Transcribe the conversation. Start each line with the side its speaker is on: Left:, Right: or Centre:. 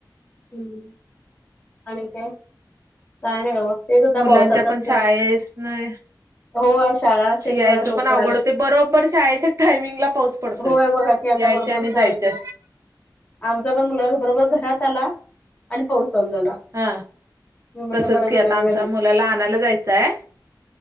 Left: ह् आणि काय काय नाही तेच आता
Right: मुलांच्या
Left: पावसाचाच
Right: पण शाळच नाही
Left: हो आ शाळा शनिवार
Right: यायचं
Left: लवकर
Right: पण आवड
Left: आल्यात
Right: होते बरोबर शाळेच्या टायमिंगला पाउ पडतय
Left: होय बघा की आता
Right: यायच
Left: बरोबर
Right: आणि
Left: शाळेच्या
Right: जायचे
Left: आमचा पण मुलगा बरोबर घरात आला आणि पाउस चालू झाला.
Right: हा
Left: मी म्हटलं
Right: तसच
Left: बरं
Right: कि
Left: झालं
Right: आता
Left: ना
Right: आमच्या
Left: जरा
Right: मुलाला आणायला जायचाय